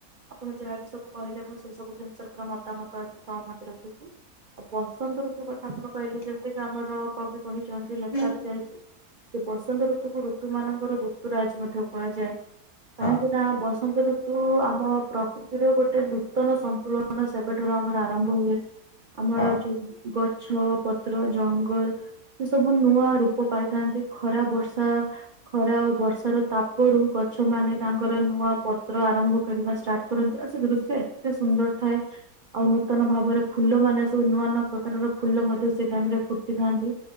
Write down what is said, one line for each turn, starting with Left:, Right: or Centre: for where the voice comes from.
Right: ଆପଣ ଯାହା <unintelligible> ତାକୁ ସବୁ କହିଲେ ମୁଁ ସେ ସବୁ ଜିନିଷର ପୁରା ମତାମତ ଅଛି ସହମତି ରଖୁଛିୁ। ଆ ବସନ୍ତ ଋତୁ କଥା ଆପଣ କହିଲେ ଯେମତିକି ଆମର କବି କହିଚନ୍ତି ଲେଖା
Left: ହଁ
Right: ବି ଯାଇଛି ଯେ ବସନ୍ତ ଋତୁକୁ ଋତୁ ମାନଙ୍କର ଯୁତରାଜ ମଧ୍ୟ କୁହାଯାଏ କାହିଁକି
Left: ହଁ
Right: ନା ବସନ୍ତ ନ୍ତ ଋତୁ ଆମ ପ୍ରକୃତିରୁ ଗୋଟେ ନୂତନ ସନ୍ତୁଳନ ସେବେଠାରୁ ଆମର ଆରମ୍ଭ ହୁଏ ଆମର
Left: ହଁ
Right: ଯୋଉ ଗ ଛ ପତ୍ର ଜଙ୍ଗଲ ଏ ସବୁ ନୂଆ ରୂପ ପାଇଥାନ୍ତି ଖରାପ ବର୍ଷା- - ଖରା କୁ ବର୍ଷାର ତାପରୁ ଗଛ ମାନେ ତାଙ୍କର ନୂଆ ପତ୍ର ଆରମ୍ଭ କରିବା ଷ୍ଟାର୍ଟ କରନ୍ତି ଆଉ ସେ ଦୃଶ୍ୟ ଏତେ ସୁନ୍ଦର ଥାଏ ଆଉ ନୂତନ ଭାବରେ ଫୁଲ ମାନେ ସବୁ ନୂଆ ନୂଆ ପ୍ରକାରର ଫୁଲ ମଧ୍ୟ ସେଇଟା ଟାଇମ୍ ରେ ଫୁଟିଥାନ୍ତି